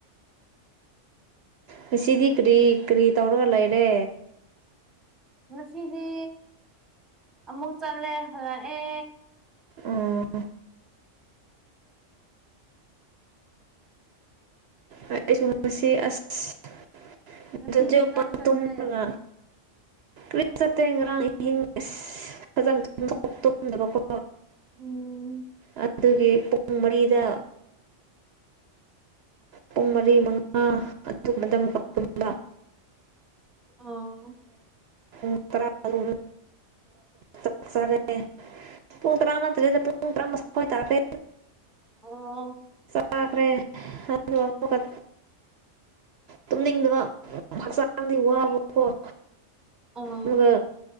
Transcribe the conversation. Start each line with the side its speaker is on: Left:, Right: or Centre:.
Right: ꯉꯁꯤꯗꯤ ꯀꯔꯤ ꯀꯔꯤ ꯇꯧꯔꯒ ꯂꯩꯔꯦ
Centre: ꯉꯁꯤꯗꯤ ꯑꯃꯨꯛ ꯆꯠꯂꯦ ꯍꯜꯂꯛꯑꯦ
Right: ꯎꯝ ꯑꯩꯁꯨꯨꯝ ꯉꯁꯤ ꯑꯁꯣꯄ
Centre: ꯉꯁꯤꯗꯤ ꯀꯥꯏ ꯆꯠꯂꯦ
Right: ꯇꯨꯝꯂꯒ ꯀ꯭ꯔꯤꯁ ꯆꯇ ꯉꯔꯥꯡ ꯏꯍꯤꯡꯖ ꯑꯣꯣꯛ ꯇꯣꯡꯗꯕꯀꯣ
Centre: ꯎꯝ
Right: ꯑꯗꯨꯒꯤ ꯄꯨꯡ ꯃꯔꯤꯗ ꯄꯨꯡ ꯃꯔꯤ ꯃꯉꯥ ꯑꯗꯨꯕ
Centre: ꯑꯥ
Right: ꯎ ꯇꯔꯥ ꯑꯗꯨ ꯆ ꯆꯔꯦ ꯄꯨꯡ ꯇꯔꯥꯃꯊ ꯂꯩꯗ ꯄꯨꯡ ꯇꯔꯥꯃꯊꯥꯋꯥ ꯇꯔꯄ
Centre: ꯑꯣ
Right: ꯄꯥꯈ꯭ꯔꯦ ꯋꯥ ꯇꯨꯝꯅꯤꯡꯗꯕ ꯍꯛꯆꯥꯡꯗꯤ ꯋꯥꯕꯀꯣ
Centre: ꯑꯣ
Right: ꯑꯗꯨꯒ